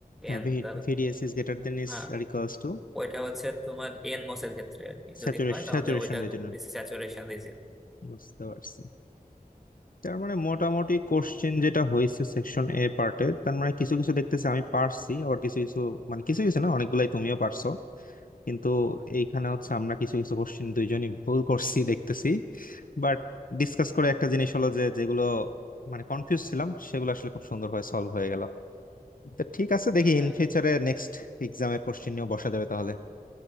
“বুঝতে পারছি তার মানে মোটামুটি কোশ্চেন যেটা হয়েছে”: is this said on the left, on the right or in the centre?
Left